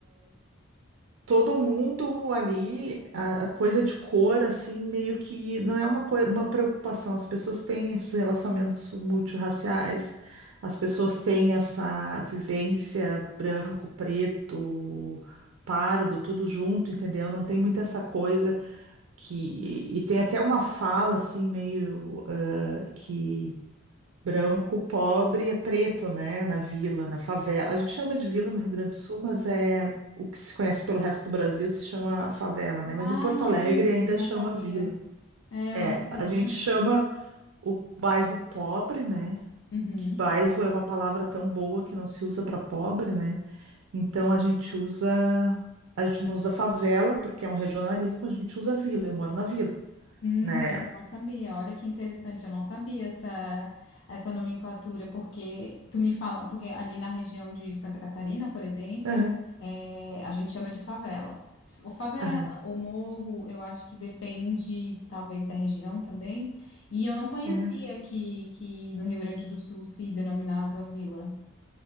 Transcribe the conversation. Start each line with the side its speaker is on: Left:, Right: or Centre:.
Right: todo mundo ali, a, a coisa de cor, assim, meio que não é uma, coi- uma preocupação. As pessoas têm esses relacionamentos multirraciais, as pessoas têm essa vivência branco, preto, pardo, tudo junto, entendeu? Não tem muito essa coisa que. E tem até uma fala, assim, meio eh, que. Branco, pobre é preto, né? Na vila, na favela. A gente chama de vila no Rio Grande do Sul, mas é o que se conhece pelo resto do Brasil se chama favela, né? Mas
Left: Ah,
Right: em Porto Alegre
Left: olha,
Right: ainda
Left: eu não
Right: chama
Left: sabia.
Right: vila.
Left: É,
Right: É,
Left: eu não sabia.
Right: a gente chama o bairro pobre, né?
Left: Uhum.
Right: Que bairro é uma palavra tão boa que não se usa para pobre, né? Então a gente usa, a gente não usa favela porque é um regionalismo, a gente usa vila. Eu moro na vila,
Left: Hum,
Right: né?
Left: eu não sabia. Olha que interessante, eu não sabia essa, essa nomenclatura, porque tu me fala, porque ali na região de Santa Catarina, por exemplo,
Right: Aham,
Left: é, a gente chama de favela. Ou favela,
Right: aham.
Left: ou morro, eu acho que depende, talvez, da região também. E eu não conhecia
Right: é.
Left: que, que no Rio Grande do Sul se denominava vila.